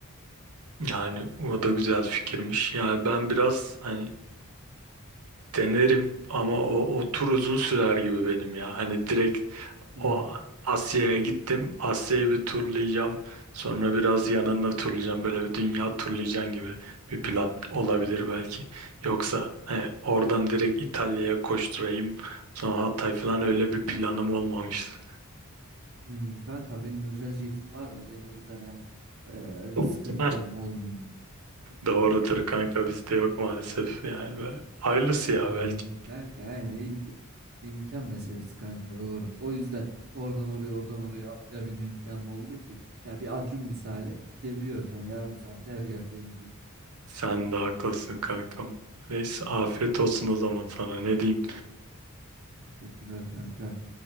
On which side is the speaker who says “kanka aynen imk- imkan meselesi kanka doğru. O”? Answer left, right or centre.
Right